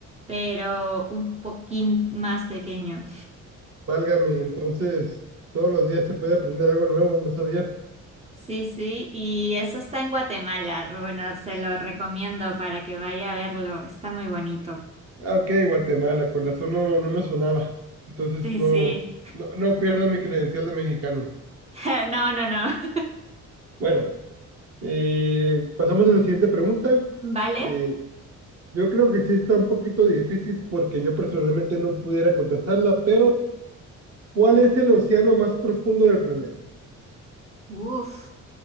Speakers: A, on the right; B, on the right.
A: pero un poquín más pequeño.
B: Válgame. Entonces, todos los días se puede aprender algo nuevo. No sabía.
A: Sí, sí, y eso está en Guatemala. Bueno, se lo recomiendo para que vaya a verlo. Está muy bonito.
B: Ah, Ok, Guatemala, con razón no, no me sonaba. Entonces
A: Sí,
B: no,
A: sí.
B: no, no pierdo mi credencial de mexicano.
A: <laughs> No, no, no. <laughs>
B: Bueno, eh, pasamos a la siguiente pregunta.
A: ¿Vale?
B: Eh, yo creo que sí está un poquito difícil porque yo personalmente no pudiera contestarla, pero ¿cuál es el océano más profundo del planeta?
A: Uf.